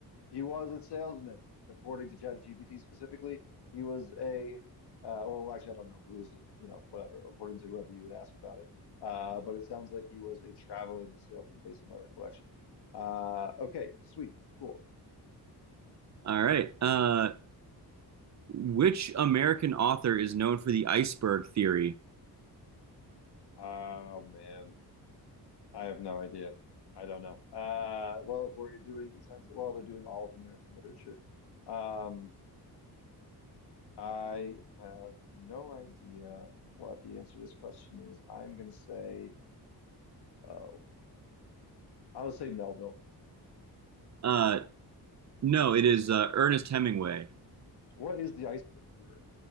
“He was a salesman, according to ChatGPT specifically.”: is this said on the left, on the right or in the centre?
Left